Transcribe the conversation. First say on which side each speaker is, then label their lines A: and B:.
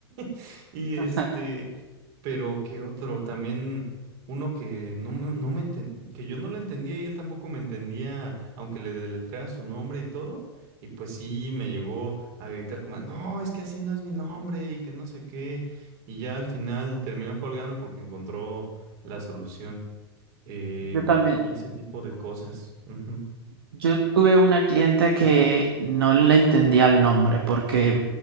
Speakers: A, on the right (about 45°); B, on the right (about 65°).
A: <laughs> Y este,
B: <laughs>
A: pero qué otro, también... Uno que no, no no me enten- que yo no le entendía y él tampoco me entendía, aunque le deletreara su nombre y todo. Y pues sí, me llegó a gritar como, no, es que así no es mi nombre y que no sé qué. Y ya al final terminó colgando porque encontró la solución. Eh,
B: Yo también,
A: y ese tipo de cosas. Ujú,
B: yo tuve una cliente que no le entendía el nombre porque,